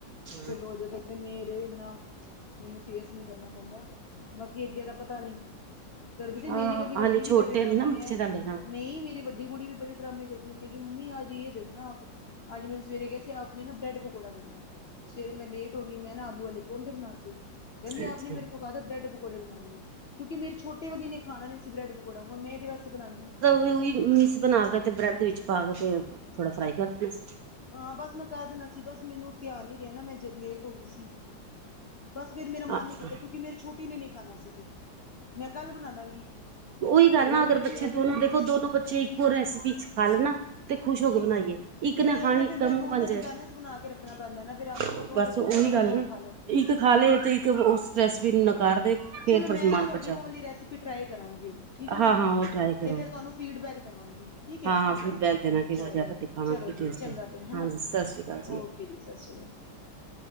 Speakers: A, on the right (about 65°); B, on the left (about 55°).
A: ਨੇ।
B: ਚਲੋ ਹਜੇ ਤੱਕ ਤੇ ਮੇਰੇ ਇਨਾ ਮੈਨੂੰ ਫੇਸ ਨੀ ਕਰਨਾ ਪੈਂਦਾ ਬਾਕੀ ਅੱਗੇ ਦਾ ਪਤਾ ਨੀ ਕਰਦੀ ਤੇ
A: ਹਾਂ
B: ਮੇਰੀ ਵਡੀ -ਵੱਡੀ
A: ਹਾਲੀ ਛੋਟੇ
B: ਵੀ ਬੜੇ ਡਰਾਮੇ
A: ਨੇ ਨਾ ਬੱਚੇ
B: ਹੈ
A: ਤੁਹਾਡੇ ਹਾਂ
B: ਨਹੀਂ ਮੇਰੀ ਵੱਡੀ ਕੁੜੀ ਵੀ ਬੜੇ ਡਰਾਮੇ ਕਰਦੀ ਹੋਗੀ ਮੰਮੀ ਆ ਜਾਈਏ ਆਪ ਅੱਜ ਮੈਨੂੰ ਸਵੇਰੇ ਕ ਸੀ ਆਪ ਨੇ ਨਾ ਬ੍ਰੈਡ ਪਕੌੜਾ ਦੇਣਾ ਸਵੇਰੇ ਮੈਂ ਲੇਟ ਹੋ ਗਈ ਮੈਂ ਨਾ ਆਲੂ ਲੂ ਵਾਲੇ ਪਰੌਠੇ ਬਣਾਤੇ
A: ਅੱਛਾ।
B: ਕਹਿੰਦੀ ਆਪ ਨੇ ਮੇਰੇ ਕੋ ਕਾਹਦਾ ਬ੍ਰੈਡ ਪਕੌੜ ਬਉਦੇਣੇ ਆ ਕਿਉਂਕਿ ਮੇਰੀ ਛੋਟੀ ਵਾਲੀਨੇ ਖਾਣਾ ਨਹੀ ਸੀ ਬ੍ਰੈ ਪਕੌੜਾ ਹਣ ਮੈਂ ਇਹਦੇ ਵਸਤੇ ਬਣਾਉਂਦੀ
A: ਵੀ ਉਹੀ ਮੀਸ ਬਣਾ ਕੇ ਤੇ ਬ੍ਰੈਡ ਦੇ ਵਿੱਚ ਪਾ ਕੇ ਤੇ, ਥੋੜਾ ਫਰਾਈ ਕਰ ਦੇਦੇ ਸੀ।
B: ਹਾਂ। ਬਸ ਮੈਂ ਕਰ ਦੇਦਾ ਸੀ ਬਸ ਮੈਨੂੰ ਧਿਆਨ ਨ ਰਿਹਾ ਨਾ ਮੈਂ ਲੇਟ ਹੋ ਗਈ ਸੀ। ਬਸ ਫੇਰ ਮੇਰਾ ਮਨ ਨੀ
A: ਸੀ।
B: ਕੀਤਾ ਕਿਉਂਕਿ ਮੇਰੀ ਛੋਟੀ ਨੇ ਨੀ ਖਾਣਾ ਸੀ। ਫਿਰ ਮੈਂ ਕੱਲ ਬਣਾ ਦਾਂਗੀ
A: ਉਹੀ ਗੱਲ
B: ਮੈਂ
A: ਨਾ
B: ਬ੍ਰੈਡ
A: ਅਗਰ ਬੱਚੇ
B: ਲਿਆਣੀ
A: ਦੋਨੋ
B: ਭੁੱਲ
A: ਦੇਖੋ,
B: ਗਈ ਸੀ
A: ਦੋਨੋ ਬੱਚੇ ਉਹ ਰੈਸਿਪੀ ਚ' ਖਾ ਲੈਣਾ। ਤੇ ਖੁਸ਼ ਹੋ ਕੇਏ
B: ਹਾਂ।
A: ਬਣਾਈਏ। ਇੱਕ
B: ਫੇਰ
A: ਨੇ
B: ਇਹ
A: ਖਾਣੀ,
B: ਨਾ ਫਿਰ
A: ਇੱਕ ਦ
B: ਮੈਂ ਦੋਨਾਂ
A: ਮੂੰਹ ਬਣ ਜਾਏ।
B: ਚ ਬੈਲੈਂਸ ਬਣਾ ਕੇ ਰੱਖਣਾ ਪੈਂਦਾ ਨਾ ਫਿਰ ਆਲੂ ਵਾਲਾ ਪਰੌਂਠਾ
A: ਬਸ
B: ਚੱਲ
A: ਉਹੀ
B: ਥੋੜਾ ਬਹੁਤਾ
A: ਗੱਲ
B: ਉਹ
A: ਨਾ।
B: ਖਾ ਲੈਂਦੀ ਏ।
A: ਇੱਕ ਖਾ ਲਏ। ਤੇ ਇੱਕ ਉਸ ਰੈਸਪੀ ਨੂੰ
B: ਹਾਂ
A: ਨਕਾਰ ਦੇ। ਫੇਰ
B: ਚਲੋ,
A: ਪਰਮਾਨ
B: ਮੈਂ ਨਾ ਤੁਹਾਡੀ
A: ਪਰਚਾ
B: ਉਹ ਵਾਲੀ ਰੈਸਪੀ ਟਰਾਈ ਕਰਾਂਗੀ। ਉਹਨੂੰ ਠੀਕ ਹੈ ਨਾ।
A: ਹਾਂ ਹਾਂ ਉਹ ਟਰਾਈ ਕਰੋ
B: ਤੇ ਫੇਰ ਤੁਹਾਨੂੰ ਫੀਡ ਬੈਗ ਦਵਾਂਗੀ ਠੀਕ। ਹੈ
A: ਹਾਂ ਫਿਰ ਬੈਗ ਦੇਣਾ। ਕਿਹੋ
B: ਚਲੋ
A: ਜਿਹਾ ਫਿਰ ਦਿਖਾਣਾ
B: ਚਲੋ
A: ਕੀ ਟੇਸਟ
B: ਜੀ ਚੰਗਾ
A: ਹੈ
B: ਫਿਰ ਹੈਨਾ।
A: ਹਾਂਜੀ ਸਤਿ ਸ਼੍ਰੀ ਅਕਾਲ
B: ਓਕੇ ਜੀ, ਸਤਿ ਸ਼੍ਰੀ ਅਕਾਲ।